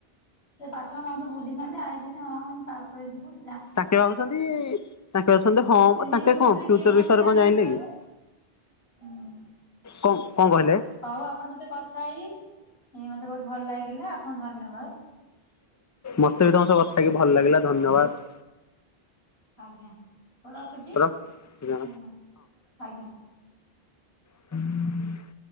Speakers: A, on the left; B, on the left.
A: ସେ ପାଠରେ ମତେ ବୁଝିଥାହାନ୍ତି ଆଇ ହଁ ପାସ୍ କରି ଯିବୁ।
B: ତାଙ୍କେ ଭାବୁଛନ୍ତି ତାଙ୍କେ ଭାବୁଛନ୍ତି ହମ
A: ତିନି
B: ତାଙ୍କେ
A: ବର୍ଷ
B: କଣ
A: ଭିତରେ କ୍ଲିୟର
B: ଫ୍ୟଚର
A: ନହେଲେ
B: ବିଷୟରେ
A: ଜାଣିବେ
B: କଣ ଜାଣିଲେ
A: ଯେତେବେଳେ
B: କି?
A: ହୁଁ
B: କଣ କଣ କହିଲେ?
A: ହଉ ଆପଣଙ୍କ ସତ କଥା ହେଇ ଏ ମତେ ବହୁତ ଭଲ ଲାଗିଲା ଆପଣଙ୍କୁ ଧନ୍ୟବାଦ।
B: ମତେ ବି ତମ ସ କଥାକି ଭଲ ଲାଗିଲା ଧନ୍ୟବାଦ।
A: ଆଜ୍ଞା ହଉଁ ରଖୁଛି
B: ଧନ୍ୟବାଦ
A: ଆଜ୍ଞା ଆଜ୍ଞା।
B: ହୁଁ।